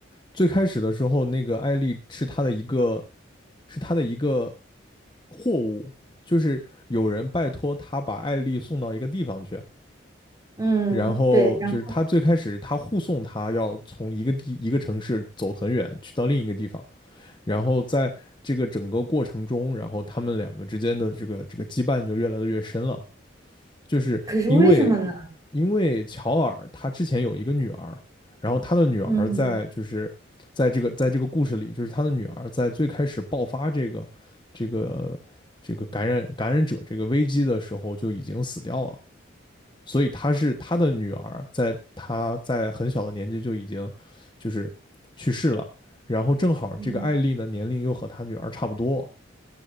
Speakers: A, on the left; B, on the right.
A: 最开始的时候，那个艾丽是他的一个是他的一个货物，就是有人拜托他把艾丽送到一个地方去。
B: 嗯，
A: 然后就是他最开始他护送他要从一个地一个城市走很远去到另一个地方，
B: 对，然后
A: 然后在这个整个过程中，然后他们两个之间的这个这个羁绊就越来的越深了，就是因为
B: 可是为什么呢？
A: 因为乔尔他之前有一个女儿，然后他的女儿在就是在这个在这个故事里，
B: 嗯，
A: 就是他的女儿在最开始爆发这个这个这个感染感染者这个危机的时候就已经死掉了，所以他是他的女儿，在他在很小的年纪就已经就是去世了，然后正好这个艾丽呢年龄又和他女儿差不多，
B: 嗯，